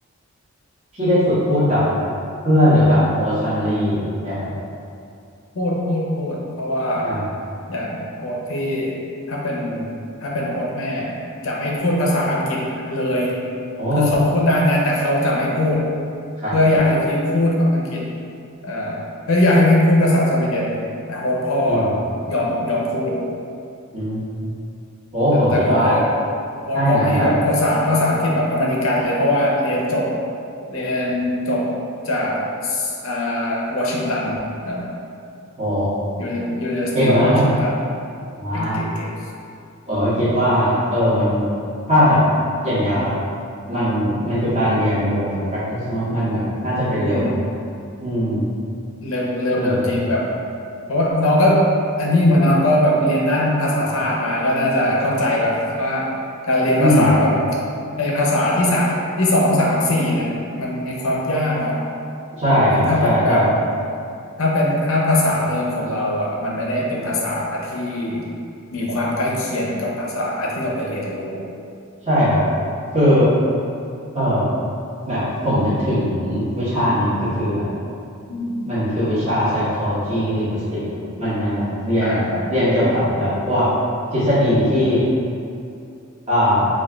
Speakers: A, on the right (about 30°); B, on the left (about 65°).
A: พี่ได้ฝึกพูดกับแบบเพื่อนหรือแบบโฮสต์แฟมิลี่นะครับ
B: พูดพูดพูดเพราะว่า
A: อ่า
B: อย่างโค้ชพี่ถ้าเป็นถ้าเป็นโค้ชแม่จะไม่พูดภาษาอังกฤษเลย
A: โอ้
B: คือเขาพูดได้นะแต่เขาจะไม่พูด
A: ครับ
B: เพื่ออยากให้พี่พูดอังกฤษเอ่อเพื่ออยากให้พี่พูดภาษาสวีเดนแต่โค้ชพ่อ
A: อืม
B: ยอมยอมพูด
A: อืมโอ้ผมคิดว่า
B: แต่แต่โค้ชพ่อโค้ชพ่อพี่แบบภาษาภาษาอังกฤษแบบอเมริกันเลยเพราะว่าเรียนจบ
A: ถ้าอย่างนั้นแบบ
B: เรียนจบจากอ่าวอชิงตันเอ่อ
A: โอ้
B: Uni- University
A: เก่งมาก
B: of Washington
A: <laughs> ว้า
B: เก่งเก่งเก่ง
A: ผมก็คิดว่าเออมันถ้าแบบอย่างเงี้ยครับมันมันคือการเรียนโดยแบบ practice เนอะมันแบบน่าจะเป็นเร็ว
B: อืม
A: อืม
B: เร็วเร็วเร็วจริงแบบ
A: น่าสนใจ
B: เพราะว่าน้องก็อันนี้มาเนาะก็แบบเรียนด้านภาษาศาสตร์มาก็น่าจะเข้าใจแบบว่าการเรียนภาษาแบบ
A: อืม
B: ไอ้ภาษาที่สาที่สองสามสี่เนี่ยมันมีความยากเนาะ
A: ใช่ครับใช่ใช่
B: ยิ่งถ้าเป็นแบบถ้าเป็นถ้าภาษาเดิมของเราอ่ะมันไม่ได้เป็นภาษาที่มีความใกล้เคียงกับภาษาที่เราไปเรียนรู้
A: ใช่ครับคือเออแบบผมนึกถึงวิชาหนึ่งก็คือแบบ
B: อืม
A: มันคือวิชา psychology linguistics ครับมันมันแบบเรียนเรียนเกี่ยวกับแบบพวกทฤษฎีที่
B: อ่าอ่า
A: อ่า